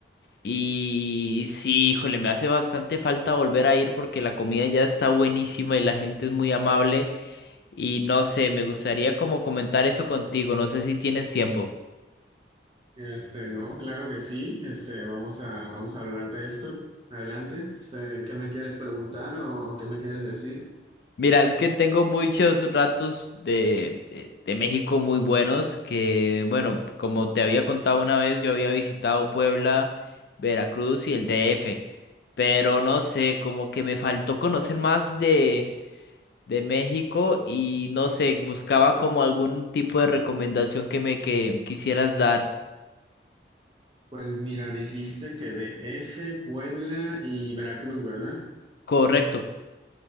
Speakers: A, on the left (about 60°); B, on the right (about 30°).
A: y sí, híjole, me hace bastante falta volver a ir porque la comida ya está buenísima y la gente es muy amable y no sé, me gustaría como comentar eso contigo, no sé si tienes tiempo.
B: Este, no, claro que sí. Este, vamos a, vamos a hablar de esto. Adelante. Este, ¿qué me quieres preguntar o qué me quieres decir?
A: Mira, es que tengo muchos ratos de, eh, de México muy buenos que, bueno, como te había contado una vez, yo había visitado Puebla, Veracruz y el D F. Pero no sé, como que me faltó conocer más de, de México y no sé, buscaba como algún tipo de recomendación que me que quisieras dar.
B: Pues mira, dijiste que de F, Puebla y Veracruz, ¿verdad?
A: Correcto.